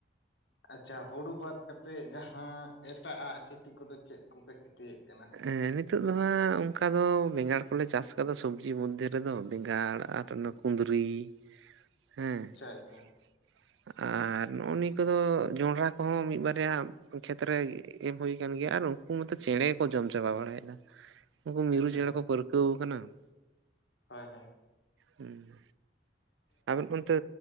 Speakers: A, on the left; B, on the right.
A: ᱟᱪᱪᱷᱟ ᱦᱩᱲᱩ ᱵᱟᱫ ᱠᱟᱛᱮᱜ ᱡᱟᱦᱟᱸ ᱮᱴᱟᱜᱼᱟᱜ ᱠᱷᱮᱛᱤ ᱠᱚ ᱫᱚ ᱪᱮᱫ ᱠᱚᱯᱮ ᱠᱷᱮᱛᱤ ᱮᱫ ᱠᱟᱱᱟ ᱦᱟᱸᱜ?
B: ᱦᱮᱸ ᱱᱤᱛᱚᱜ ᱫᱚ ᱦᱟᱸᱜ ᱚᱱᱠᱟ ᱫᱚ ᱵᱮᱸᱜᱟᱲ ᱠᱚ ᱞᱮ ᱪᱟᱥ ᱟᱠᱟᱫᱟ ᱥᱚᱵᱽᱡᱤ ᱢᱚᱫᱫᱷᱮ ᱨᱮᱫᱚ, ᱵᱮᱸᱜᱟᱲ ᱟᱨ ᱚᱱᱟ ᱠᱩᱸᱫᱽᱨᱤ
A: <inaudible>
B: ᱦᱮᱸ
A: ᱟᱪᱪᱷᱟ ᱟᱪᱪᱷᱟ
B: ᱾ ᱟᱨ ᱱᱚᱜᱼᱚ ᱱᱤᱭᱟᱹ ᱠᱚ ᱫᱚ ᱡᱚᱱᱰᱨᱟ ᱠᱚ ᱦᱚᱸ ᱢᱤᱫ ᱵᱟᱨᱭᱟ ᱠᱷᱮᱛ ᱨᱮ ᱮᱨ ᱦᱩᱭ ᱟᱠᱟᱱ ᱜᱮᱭᱟ, ᱟᱨ ᱩᱱᱠᱩ ᱢᱩᱫ ᱨᱮ ᱪᱮᱸᱬᱮ ᱠᱚ ᱡᱚᱢ ᱪᱟᱵᱟ ᱵᱟᱲᱟᱭ ᱮᱫᱟ ᱾ ᱩᱱᱠᱩ ᱢᱤᱨᱩ
A: ᱟᱪᱪᱷᱟ
B: ᱪᱮᱸᱬᱮ ᱠᱚ ᱯᱟᱹᱨᱠᱟᱹᱣ ᱟᱠᱟᱱᱟ ᱾
A: ᱦᱳᱭ, ᱦᱳᱭ ᱾
B: ᱦᱮᱸ, ᱟᱵᱮᱱ ᱚᱱᱛᱮ